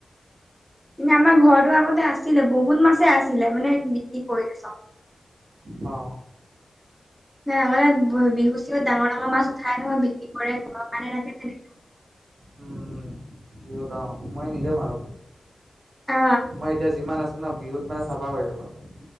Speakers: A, in the centre; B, on the right.
A: ইনে আমাৰ ঘৰটো আগতে আছিলে বহুত মাছেই আছিলে মানে বিক্ৰী কৰিলে চব।
B: অ।
A: আগতে বিহু-চিহুত ডাঙৰ ডাঙৰ মাছ উঠাই নহয় বিক্ৰী কৰে ঘৰৰ কাৰণে ৰাখে তেনেকে।
B: উম উম, বিহুত অ মই নিজে মাৰো।
A: অ।
B: মই এতিয়া যিমান আছে ন বিহুত মানে চাফা কৰি দিওঁ মই চব।